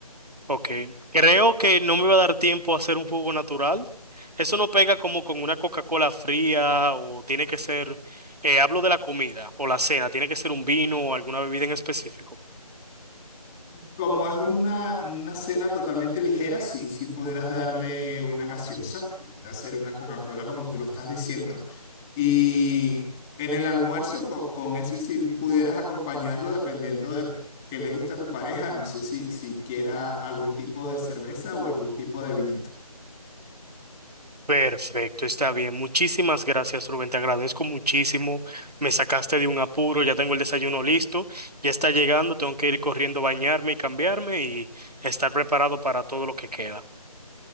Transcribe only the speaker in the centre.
Como es una, una cena totalmente ligera, sí, sí pudieras darle una gaseosa, pudieras hacer una Coca-Cola como tú lo estás diciendo. Y en el almuerzo, co- con, eso sí pudieras acompañarlo dependiendo de qué le gusta a tu pareja. No sé si, si quiera algún tipo de cerveza o algún tipo de vinito.